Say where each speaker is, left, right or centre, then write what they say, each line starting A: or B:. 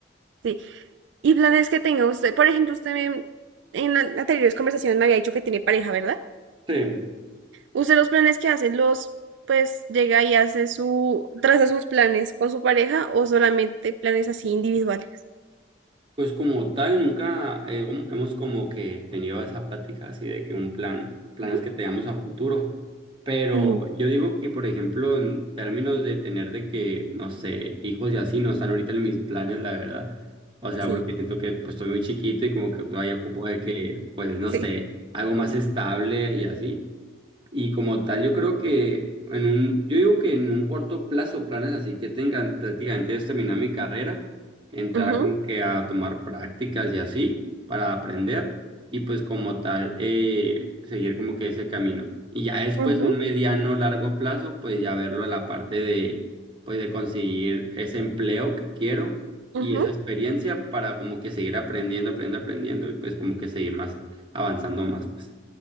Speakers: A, on the right; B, on the right.
A: Sí. ¿Y planes que tenga usted? Por ejemplo, usted me- en an- anteriores conversaciones me había dicho que tiene pareja, ¿verdad?
B: Sí.
A: ¿Usted los planes que hace los, pues llega y hace su, traza sus planes con su pareja o solamente planes así individuales?
B: Pues como tal, nunca eh, hom- hemos como que tenido esa plática así de que un plan, planes
A: Ujú,
B: que tengamos a futuro, pero
A: ujú,
B: yo digo que, por ejemplo, en términos de tener de que, no sé, hijos y así, no están ahorita en mis planes, la verdad, o sea,
A: Sí,
B: porque siento que pues estoy muy chiquito y como que vaya ocupo de que, pues, no
A: sí.
B: sé, algo más estable y así. Y como tal, yo creo que en un, yo digo que en un corto plazo, planes así que tengan prácticamente es terminar mi carrera, entrar
A: Ujú,
B: como que a tomar prácticas y así para aprender y pues como tal eh, seguir como que ese camino. Y ya después
A: ujú,
B: un mediano largo plazo, pues ya verlo en la parte de pues de conseguir ese empleo que quiero
A: ujú.
B: y esa experiencia para como que seguir aprendiendo, aprendiendo, aprendiendo y pues como que seguir más avanzando más, pues.